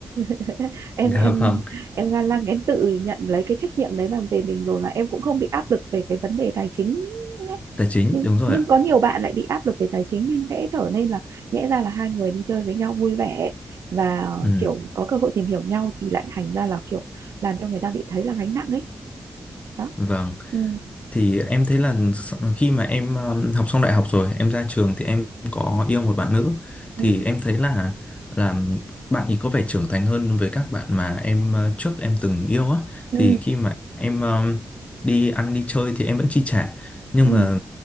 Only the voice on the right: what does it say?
<laughs> em
em
em ga lăng em tự nhận lấy cái trách nhiệm đấy mà về mình rồi mà em cũng không bị áp lực về cái vấn đề tài chính ấy.
nhưng
nhưng
có nhiều bạn lại bị áp lực về tài chính nên sẽ trở nên là nhẽ ra là hai người đi chơi với nhau vui vẻ và
kiểu có cơ hội tìm hiểu nhau thì lại thành ra là kiểu làm cho người ta bị thấy là gánh nặng ấy đó
ừ
ừ
ừ
ừ